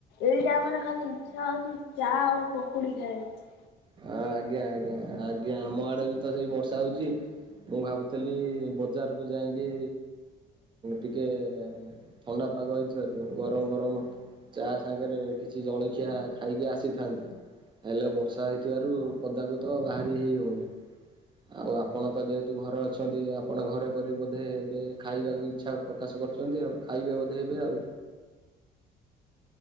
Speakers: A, on the left (about 85°); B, on the right (about 30°).
A: ଏଇଟା ଆମରେ ଖାଲି ଇଚ୍ଛା ହଉଛି ଚା ଆଉ ପକୁଡି ଖାଇଆକୁ।
B: ଅ ଆଜ୍ଞା ଆଜ୍ଞା ଆଜ୍ଞା ଆମ ଆଡେ ବି ତ ସେଇ ବର୍ଷା ହଉଛି। ମୁଁ ଭାବୁଥିଲି ବଜାରକୁ ଯାଇକି ଟିକେ। ଥଣ୍ଡା ପାଗ ହେଇଥିବାରୁ ଗରମ ଗରମ। ଚା ସାଙ୍ଗରେ କିଛି ଜଳଖିଆ ଖାଇକି ଆସିଥାନ୍ତି ହେଲେ ବର୍ଷା ହେଇ। ଥିବାରୁ ପଦାକୁ ତ ବାହାରି ହେଇ ହେଉନି। ଆଉ ଆପଣ ତ ଯେହେତୁ ଘରେ ଅଛନ୍ତି ଆପଣ ଘରେ କରି ବୋଧେ ହେବେ ଖାଇବାକୁ ବି। ଇଚ୍ଛା ପ୍ରକାଶ କରିଛନ୍ତି ଆଉ ଖାଇବେ ବୋଧେ ଏବେ ଆଉ।